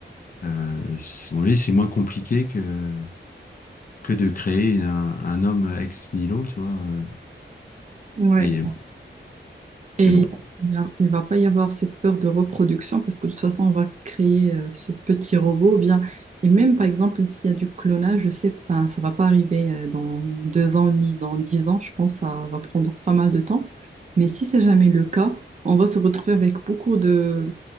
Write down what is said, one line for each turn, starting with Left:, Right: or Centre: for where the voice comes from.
Left: Euh, c'est- à mon avis, c'est moins compliqué que, que de créer une- un, un homme ex nihilo, tu vois. euh,
Right: Ouais.
Left: Mais,
Right: Et
Left: mais bon.
Right: il y a- il va pas y avoir cette peur de reproduction parce que de toute façon, on va créer euh, ce petit robot. ou Bien. Et même, par exemple, s'il y a du clonage, je sais pas, ça va pas arriver euh, dans deux ans ni dans dix ans. Je pense que ça va prendre pas mal de temps. Mais si c'est jamais le cas, on va se retrouver avec beaucoup de,